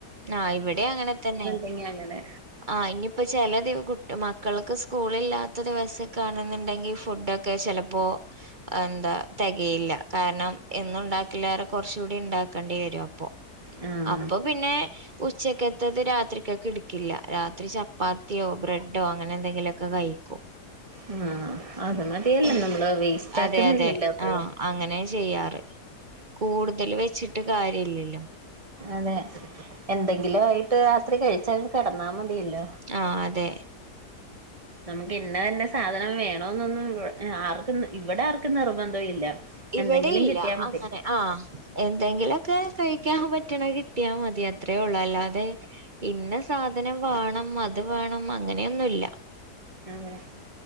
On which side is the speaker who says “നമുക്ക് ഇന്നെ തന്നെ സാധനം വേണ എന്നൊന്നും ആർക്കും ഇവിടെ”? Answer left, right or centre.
Right